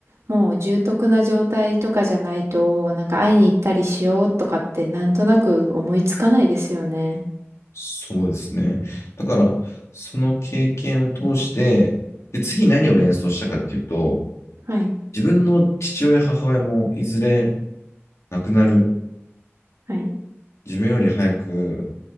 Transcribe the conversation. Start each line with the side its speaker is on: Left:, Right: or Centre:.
Right: もう重篤な状態とかじゃないと、なんか会いに行ったりしようとかってなんとなく思いつかないですよね。
Left: そうですね。だから、その経験を通して、で、次何を連想したかっていうと、
Right: はい、
Left: 自分の父親、母親もいずれ亡くなる、
Right: はい。
Left: 自分より早く